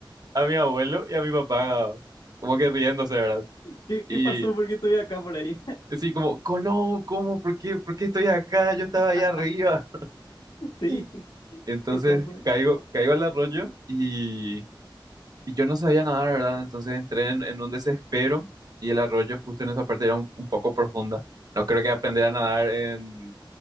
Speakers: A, on the right (about 50°); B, on the left (about 80°).
A: a mi abuelo y a mi papá, como que riéndose, ¿verdad?
B: ¿Qué, qué
A: Y
B: pasó? ¿Por qué estoy acá por ahí?
A: así como, "Co- no, ¿cómo? ¿Por qué? ¿Por qué estoy acá? Yo estaba
B: <laughs>
A: allá arriba.
B: Sí,
A: <laughs>
B: <laughs>
A: Entonces
B: ¿qué tal, pues?
A: caigo, caigo al arroyo y, y yo no sabía nadar, ¿verdad? Entonces entré en, en un desespero y el arroyo justo en esa parte era un, un poco profunda. No creo que aprender a nadar en,